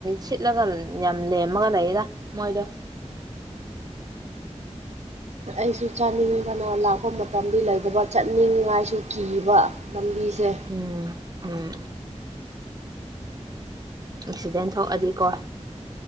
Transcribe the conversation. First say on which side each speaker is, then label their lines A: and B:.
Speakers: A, on the right; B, on the right.
A: ꯁꯤꯠꯂꯒ ꯌꯥꯝ ꯂꯦꯝꯃꯒ ꯂꯩꯗ ꯃꯣꯏꯗꯣ꯫
B: ꯑꯩꯁꯨ ꯆꯥꯅꯤꯡꯕꯅ ꯂꯥꯛꯄ ꯃꯇꯝꯗꯤ ꯂꯩꯗꯕ ꯆꯥꯅꯤꯡꯉꯥꯏꯁꯨ ꯀꯤꯕ꯫ ꯂꯝꯕꯤꯁꯦ꯫
A: ꯎꯝ ꯎꯝ ꯑꯦꯛꯁꯤꯗꯦꯟ ꯊꯣꯛꯑꯗꯤꯀꯣ꯫